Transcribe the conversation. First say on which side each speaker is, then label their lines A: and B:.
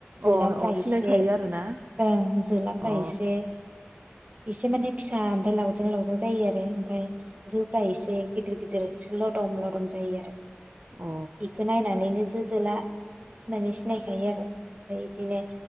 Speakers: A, on the right; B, on the right.
A: जोलाफ्रा
B: अ अ सिनायखायो
A: एसे
B: आरोना
A: ओं जोलाफ्रा
B: अ
A: एसे एसे माने फिसा ओमफाय लावजें लावजें जायो आरो ओमफाय जोफ्रा एसे गिदिर गिदिर एसे लदम लदम जायो आरो।
B: अ
A: बेखौ नायनानैनो जो जोला होननानै सिनायखायो आरो ओमफ्राय बिदिनो